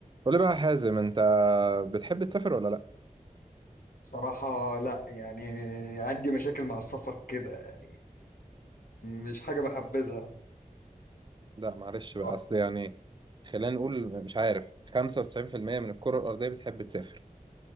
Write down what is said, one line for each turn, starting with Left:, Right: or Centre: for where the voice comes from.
Right: قول لي بقى يا حازم انت بتحب تسافر ولا لا
Left: صراحة لا يعني عندي مشاكل مع السفر كده يعني مش حاجة بحبذها
Right: لا معلش
Left: بصراحة
Right: بقى اصل يعني خلينا نقول مش عارف 95% من الكرة الأرضية بتحب تسافر